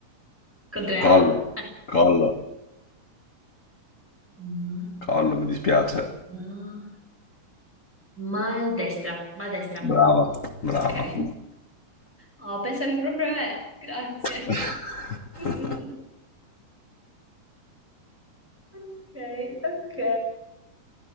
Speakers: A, in the centre; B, on the left (about 85°).
A: Con tre
B: Collo.
A: A?
B: Collo.
A: Ma,
B: Collo, mi dispiace.
A: ma, maldestra, maldestra.
B: Brava. Brava.
A: Ok. Oh, pensavi proprio a me. Grazie.
B: <laughs>
A: <laughs> Ok, ok.